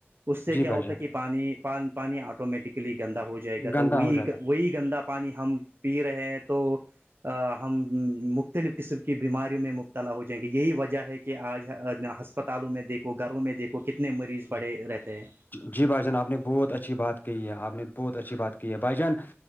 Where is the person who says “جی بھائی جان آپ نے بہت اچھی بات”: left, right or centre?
Left